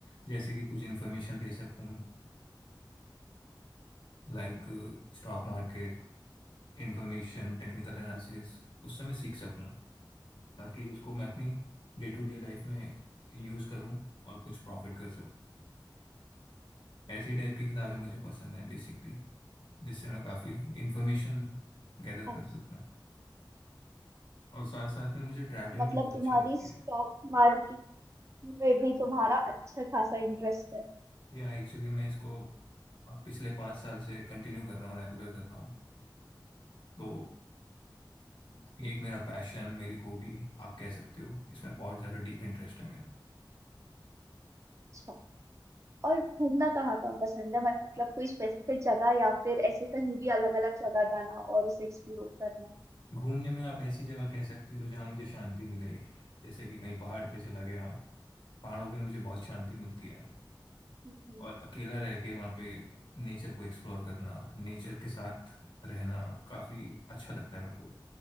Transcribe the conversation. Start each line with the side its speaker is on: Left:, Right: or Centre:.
Left: जैसे कि कुछ इन्फॉर्मेशन ले सकूं like stock market information technical analysis उससे मैं सीख सकूं ताकि उसको मैं अपनी डे टू डे लाइफ में यूज़ करूं और कुछ प्रॉफिट कर सकूं ऐसी टाइप की किताबें मुझे पसंद हैं बेसिकली जिससे मैं काफ़ी इंफॉर्मेशन गैदर
Right: अच्छा
Left: कर सकूं और साथ साथ में मुझे ट्रैवलिंग
Right: मतलब
Left: भी बहुत
Right: तुम्हारी
Left: अच्छी लगती
Right: स्टॉक
Left: है
Right: मार्केट में भी तुम्हारा अच्छा खासा इंटरेस्ट है
Left: या एक्चुअली मैं इसको अ, पिछले पाँच साल से कंटिन्यू कर रहा हूँ रेगुलर कर रहा हूँ तो
Right: अच्छा
Left: ये एक मेरा पैशन मेरी हॉबी आप कह सकते हो इसमें बहुत ज़्यादा डीप इंटरेस्ट है मेरा
Right: अच्छा। और घूमना कहाँ कहाँ पसंद है मतलब कोई स्पेसिफिक जगह या फिर ऐसे कहीं भी अलग अलग जगह जाना और उसे एक्सप्लोर करना
Left: घूमने में आप ऐसी जगह कह सकते हो जहाँ मुझे शांति मिले जैसे कि कहीं पहाड़ पे चला गया पहाड़ों पे मुझे बहुत शांति मिलती है
Right: हम्म। हम्म।
Left: और अकेला रह के वहाँ पे नेचर को एक्सप्लोर करना नेचर के साथ रहना काफ़ी अच्छा लगता है मेरे को